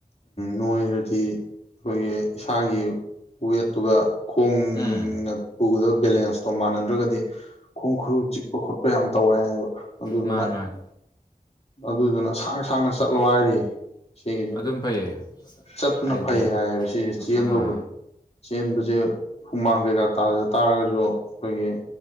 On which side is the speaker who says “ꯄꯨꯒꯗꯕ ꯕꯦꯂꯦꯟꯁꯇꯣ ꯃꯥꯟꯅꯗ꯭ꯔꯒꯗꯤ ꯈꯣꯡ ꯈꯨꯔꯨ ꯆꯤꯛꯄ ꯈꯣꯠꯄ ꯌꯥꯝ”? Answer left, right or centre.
Left